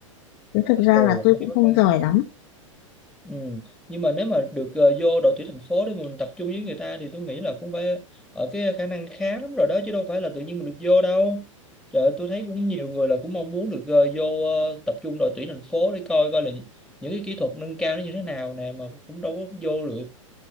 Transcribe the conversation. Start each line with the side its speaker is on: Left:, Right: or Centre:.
Left: chứ thực ra
Centre: ồ
Left: là tôi
Centre: hay
Left: cũng
Centre: quá
Left: không
Centre: ta
Left: giỏi lắm
Centre: ừ. nhưng mà nếu mà được ờ, vô đội tuyển thành phố để mình tập trung với người ta thì tôi nghĩ là cũng phải ở cái khả năng khá lắm rồi đó chứ đâu phải là tự nhiên mình được vô đâu trời ơi, tôi thấy cũng nhiều người là cũng mong muốn được ờ, vô ờ, tập trung đội tuyển thành phố để coi coi là những, những cái kỹ thuật nâng cao nó như thế nào nè mà cũng đâu có vô được